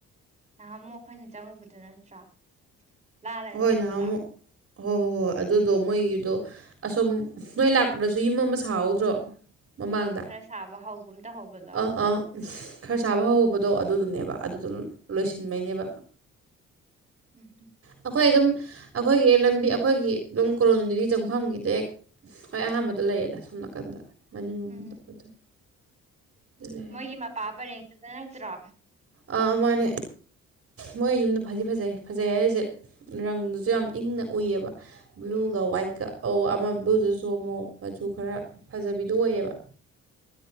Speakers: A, on the right; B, on the right.
A: ꯅꯍꯥꯟ ꯑꯃꯨꯛ ꯑꯩꯈꯣꯏꯅ ꯆꯪꯉꯨꯕꯗꯨ ꯅꯠꯇ꯭ꯔꯥ ꯂꯥꯜꯂꯒ
B: ꯍꯣꯏ
A: ꯆꯠꯄꯗ
B: ꯅꯍꯥꯟꯃꯨꯛ ꯍꯣꯏ ꯍꯣꯏ ꯍꯣꯏ ꯑꯗꯨꯗꯣ ꯃꯣꯏꯒꯤꯗꯣ ꯑꯁꯣꯝ ꯅꯣꯏ ꯂꯥꯛꯄꯗꯁꯨ ꯌꯨꯝ ꯑꯃ ꯁꯥꯍꯧꯗ꯭ꯔꯣ ꯃꯃꯥꯡꯗ
A: ꯑ ꯈꯔ ꯁꯥꯕ ꯍꯒꯨꯝꯇ ꯍꯧꯕꯗꯣ
B: ꯑꯥ ꯑꯥ ꯈꯔ ꯁꯥꯕ ꯍꯧꯍꯧꯕꯗꯣ ꯑꯗꯨꯗꯨꯅꯦꯕ ꯑꯗꯨꯗꯣ ꯂꯣꯏꯁꯤꯟꯕꯩꯅꯦꯕ
A: ꯎꯝꯝ
B: ꯑꯩꯈꯣꯏ ꯑꯗꯨꯝ ꯑꯩꯈꯣꯏꯒꯤ ꯂꯝꯕꯤ ꯑꯩꯈꯣꯏꯒꯤ ꯑꯗꯨꯝ ꯀꯣꯂꯣꯅꯤꯗꯨꯗꯒꯤ ꯆꯪꯐꯝꯒꯤꯗꯤ ꯍꯦꯛ ꯈ꯭ꯋꯥꯏ ꯑꯍꯥꯟꯕꯗ ꯂꯩꯌꯦꯗ ꯁꯨꯝ ꯁꯣꯝꯂꯅꯥꯀꯥꯟꯗ ꯃꯅꯤꯡꯂꯣꯝꯗ
A: ꯎꯝ
B: ꯑꯣꯏꯗꯣꯏ ꯑꯗꯨ ꯂꯩꯔꯦ
A: ꯃꯣꯏꯒꯤ
B: ꯑꯗꯣ
A: ꯃꯄꯥ ꯄꯔꯦꯡꯗꯨꯗ ꯅꯠꯇ꯭ꯔꯣ
B: ꯑ ꯃꯥꯅꯦ ꯃꯣꯏ ꯌꯨꯝꯗ ꯐꯖ ꯐꯖꯩ ꯐꯖꯩ ꯍꯥꯏꯔꯤꯁꯦ ꯔꯪꯗꯨꯁꯨ ꯌꯥꯝ ꯏꯪꯅ ꯎꯏꯌꯦꯕ ꯕ꯭ꯂꯨꯒ
A: ꯎꯝ
B: ꯋꯥꯏꯠꯀ ꯑꯧ ꯑꯃ ꯕ꯭ꯂꯨꯗꯁꯨ ꯑꯃꯨꯛ ꯃꯆꯨ ꯈꯔ ꯐꯖꯕꯤꯗꯣ ꯑꯣꯏꯌꯦꯕ